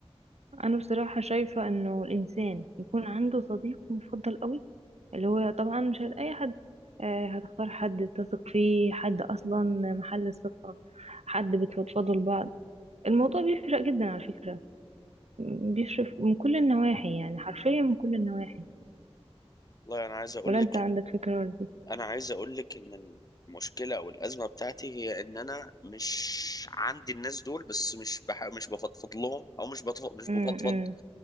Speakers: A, on the right (about 85°); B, on the left (about 35°).
A: انا بصراحة شايفة انه الانسان يكون عنده صديق مفضل قوي اللي هو طبعا مش هت- اي حد آه، هتختار حد تثق فيه حد اصلا محل الثقة حد بتفضفضوا لبعض الموضوع بيفرق جدا على فكرة م- بيفرق من كل النواحي يعني حرفيا من كل النواحي
B: والله أنا عايز أقول
A: ولا
B: لك
A: انت عندك فكرة دي
B: انا عايز اقول لك ان المشكله او الازمه بتاعتي هي ان انا مش عندي الناس دول بس مش بح... مش بفضفض لهم او مش بفضفض مش
A: امم
B: بفضفض
A: امم.